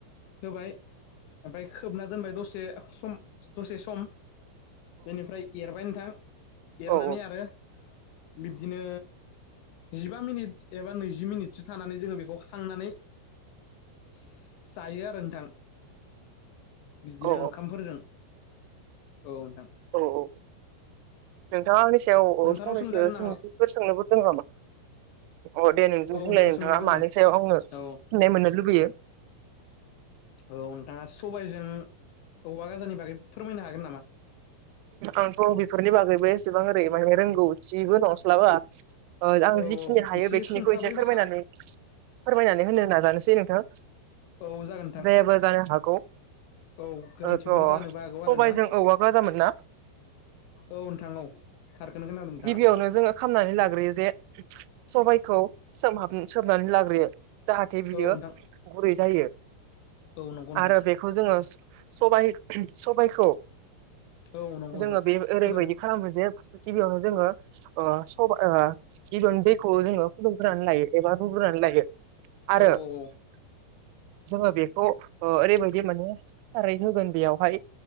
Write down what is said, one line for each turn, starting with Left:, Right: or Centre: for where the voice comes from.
Left: होबाय ओमफ्राय खोबना दोनबाय दसे सम दसे सम बेनिफ्राय एरबाय नोंथां एरनानै
Right: औ
Left: आरो बिब्दिनो जिबा मिनिट एबा नैजि मिनिटसो थानानै जोङो बेखौ खांनानै जायो आरो नोंथां बिदिनो
Right: औ
Left: ओंखामफोरजों औ नोंथां
Right: औ औ नोंथाङा आंनि सि याव
Left: नोंथांनाव
Right: फंनैसो
Left: सोंजागोन नामा
Right: सोंथिफोर सोंनोबो दोङो नामा अ दे नों
Left: औ
Right: होनलाय
Left: नोंथां
Right: नोंथाङा
Left: सोंनो दङ
Right: मानि सायाव आङो
Left: औ
Right: फिनाय मोननो लुुबैयो
Left: औ नोंथाङा सबायजों औवा गाजानि बागै फोरमायनो हागोन नामा
Right: आंथ बेफोरनि बागैबो एसेबां ओरै माने रोंगौथिबो नंस्लाबा आं
Left: औ
Right: जिखिनि
Left: औ
Right: हायो
Left: एसे
Right: बेखिनिखौ
Left: सुंथाबैबो
Right: एसे फोरमायनानै
Left: हा
Right: फोरमायनानै होनो नाजानोसै नोंथां
Left: औ जागोन नोंथां
Right: जायाबो जानो हागौ।
Left: औ गोरोन्थिफोर
Right: थ'
Left: जानोबो हागौ
Right: सबायजों
Left: आरो ना
Right: औवा गाजामोन ना
Left: औ नोंथां औ थारखोनो खोनादो नोंथाङा
Right: गिबियावनो जोङो खामनानै लाग्रोयो जे सबायखौ सोंमहाब सोमनानै लाग्रोयो जाहाथे
Left: औ
Right: बियो
Left: नोंथां
Right: गुरै जायो।
Left: औ नंगौ नोंथां
Right: आरो बेखौ जोङो सबाय सबायखौ
Left: औ नंगौ नोंथां
Right: जोङो बे ओरैबायदि
Left: खोनादों
Right: खालामो जे गिबियावनो जोङो ओ सब ओ-जिदुनि दैखौ जोङो फुदुंग्रोनानै लायो एबा रुग्रोनानै लायो। आरो
Left: औ औ
Right: जोङो बेखौ ओरैबायदि माने। खारै होगोन बेयावहाय